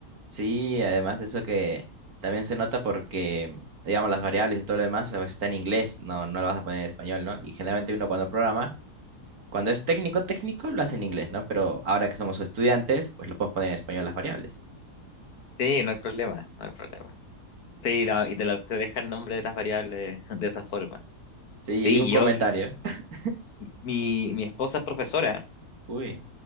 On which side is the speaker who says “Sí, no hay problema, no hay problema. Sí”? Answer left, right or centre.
Left